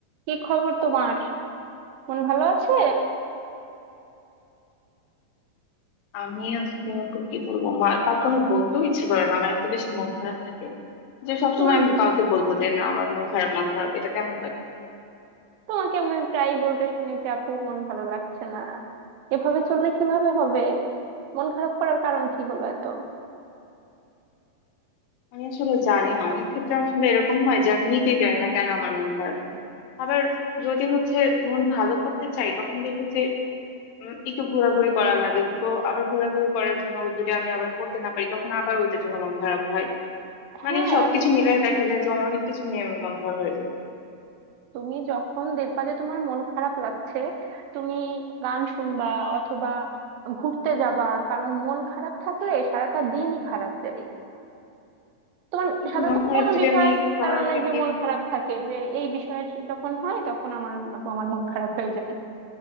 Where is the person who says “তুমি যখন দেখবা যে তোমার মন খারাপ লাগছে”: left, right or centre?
Right